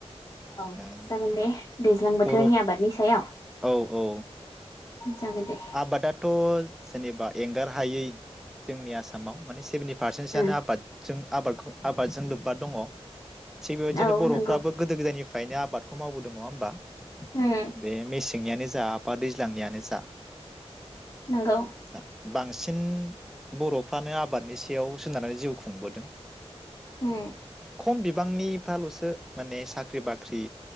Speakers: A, on the left; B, in the centre.
A: औ
B: ओ
A: जागोन दे दैज्लां बोथोरनि
B: बर'
A: आबादनि सायाव
B: औ औ
A: जागोन दे।
B: आबादाथ' जेनेबा एंगार हायै जोंनि आसामाव माने सेभेनथि फारसेन्स
A: उम
B: आनो आबादजों आबादखौ आबादजों लोब्बा दङ। थिग बे बायदिनो
A: औ
B: बरफ्राबो
A: नंगौ
B: गोदो गोदायनि फ्रायनो आबादखौ मावबोदों नङा होमबा?
A: उम
B: बे मे सेंनियानो जा बा दै ज्लांनियानो जा
A: नंगौ
B: जा बांसिन बर'फ्रानो आबादनि सायाव सोनारनानै जिउ खुंबोदों।
A: उम
B: खम बिबांनिफ्रालसो सो माने साख्रि बाख्रि